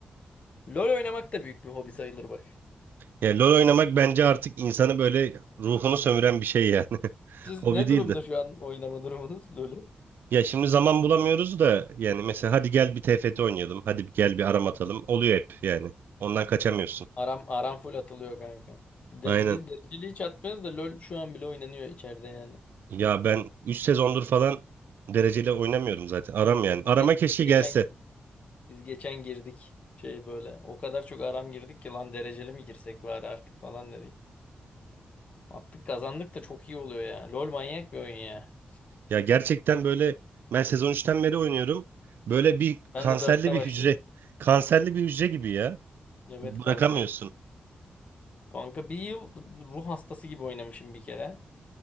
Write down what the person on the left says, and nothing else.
LoL oynamak da büyük bir hobi sayılır bak.
Siz
ne
durumda şu an oynama durumunuz LoL'ü?
Aram, aram full atılıyor kanka. De,
biz dereceli hiç atmıyoruz da LoL şu an bile oynanıyor içeride yani.
Biz,
ge-
biz geçen
biz geçen girdik şey böyle. O kadar çok aram girdik ki lan dereceli mi girsek bari artık falan dedik. Attık kazandık da çok iyi oluyor ya. LoL manyak bir oyun ya.
Ben de dörtte
başladım.
Evet
kanka. Kanka bir yıl ruh hastası gibi oynamışım bir kere.